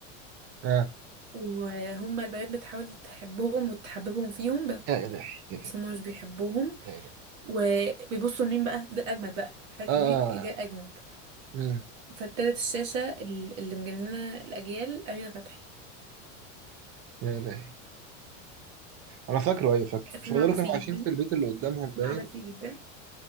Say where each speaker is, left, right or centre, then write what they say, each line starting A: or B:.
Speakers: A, on the right; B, on the right.
A: اه
B: وهما البنات بتحاول تحبهم وتحببهم فيهم بس
A: يا الهي يا الهي
B: هم مش بيحبوهم
A: يا الهي
B: وبيبصوا لمين بقى ده الأجمد بقى الحتة
A: اه آه،
B: دي جاية
A: آه.
B: الأجمد
A: مين
B: فابتدت الشاشة ال- اللي مجننة الأجيال أمينة فتحي
A: يا الهي انا فاكره ايوه فاكره
B: فيلم
A: مش هو
B: عبثي
A: دول كانوا عايشين
B: جدا
A: في البيت اللي قدامهم باين
B: فيلم عبثي جدا